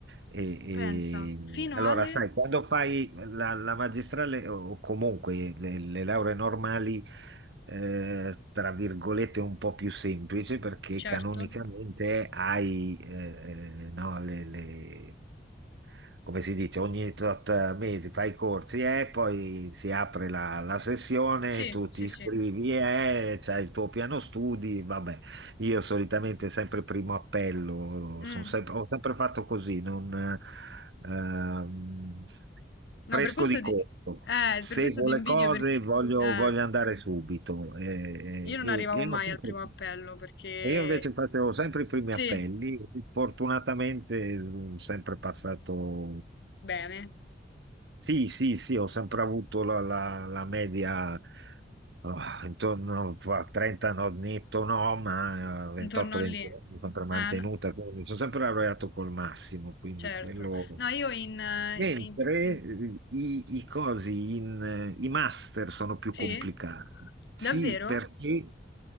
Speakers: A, on the right; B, on the left.
A: E,
B: pensa,
A: e-
B: fino
A: allora,
B: alle...
A: sai, quando fai la, la magistrale o comunque le, le lauree normali, eh, tra virgolette, un po' più semplice perché
B: Certo,
A: canonicamente hai eh, eh, no, le, le- come si dice, ogni tot eh, mesi fai i corsi e poi si apre la, la sessione,
B: sì,
A: tu
B: sì,
A: ti iscrivi
B: sì.
A: e c'hai il tuo piano studi, vabbè. Io solitamente sempre primo appello,
B: Mm.
A: son sempre- ho sempre fatto così, non, ehm,
B: No,
A: fresco
B: per questo
A: di corpo.
B: ti, eh,
A: Seguo
B: per questo ti
A: le
B: invidio
A: cose,
B: perché
A: voglio,
B: eh,
A: voglio andare subito. E,
B: io non
A: e-
B: arrivavo
A: e io
B: mai
A: sempre-
B: al primo appello perché
A: e io invece facevo sempre i primi
B: sì,
A: appelli. Fortunatamente sono sempre passato.
B: bene,
A: Sì, sì, sì, ho sempre avuto la, la- la media oh, intorno a 30, no, netto no, ma 28-20
B: intorno a lì. Eh,
A: l'ho sempre mantenuta,
B: no,
A: quindi sono sempre laureato col massimo, quindi
B: certo.
A: quello
B: No, io in, eh,
A: Mentre
B: in- in-
A: eh, i, i cosi, in, eh, i master sono più
B: Sì?
A: complicati.
B: Davvero?
A: Sì, perché